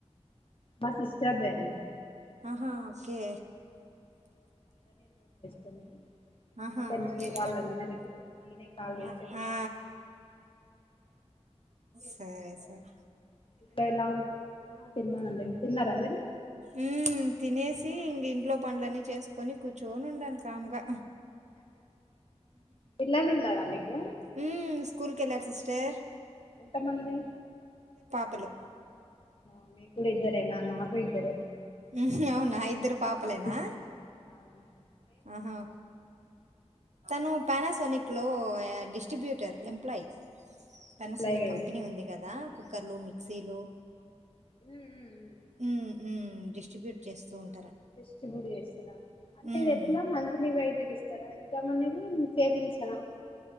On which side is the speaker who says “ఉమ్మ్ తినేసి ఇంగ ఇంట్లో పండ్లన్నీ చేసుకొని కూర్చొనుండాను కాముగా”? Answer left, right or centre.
Right